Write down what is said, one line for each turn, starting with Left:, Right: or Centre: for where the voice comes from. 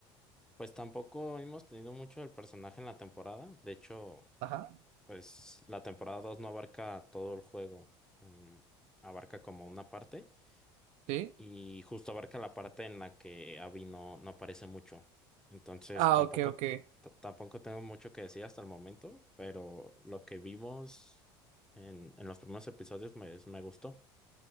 Centre: Pues tampoco hemos tenido mucho del personaje en la temporada. De hecho,
Right: Ajá.
Centre: pues la temporada 2 no abarca todo el juego. mm, abarca como una parte.
Right: sí.
Centre: y justo abarca la parte en la que Abby no, no aparece mucho. Entonces
Right: Ah,
Centre: tampoco,
Right: ok, ok.
Centre: t- tampoco tengo mucho que decir hasta el momento, pero lo que vimos en, en los primeros episodios me, me gustó.